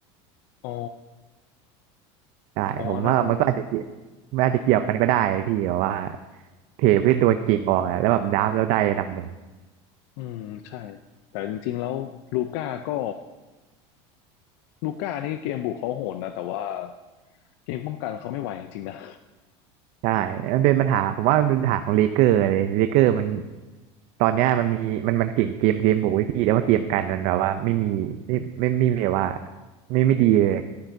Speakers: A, on the left; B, on the right.
A: อ๋อ
B: ใช่ผมว่ามันก็อาจจะเกี่ยว
A: อ๋ออันนั้นอันนั้น
B: มันอาจจะเกี่ยวกันก็ได้พี่แบบว่าเทรดไปโดนเก่งออกอ่ะแล้วแบบดับแล้วได้อันดับหนึ่ง
A: อืมใช่แต่จริงๆแล้วลูก้าก็ลูก้านี่เกมบุกเขาโหดนะแต่ว่าเกมป้องกันเขาไม่ไหวจริงๆนะ
B: ใช่มันเป็นปัญหาผมว่ามันเป็นปัญหาของเลเกอร์เลยเลเกอร์มันตอนเนี้ยมันมีมันมันเก่งเกมเกมบุกไว้พี่แต่ว่าเกมกันมันแบบว่าไม่มีไม่ไม่ไม่ไมมีแบบว่าไม่ไม่ดีเลย